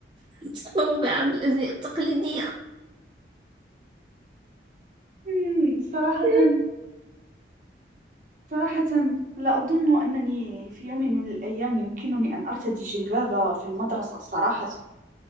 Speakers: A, on the right; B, on the right.
A: تقوم بعرض الأزياء التقليدية
B: مم، صراحة
A: <laughs>
B: صراحة لا أظن أنني في يوم من الأيام يمكنني أن أرتدي جلباب في المدرسة صراحة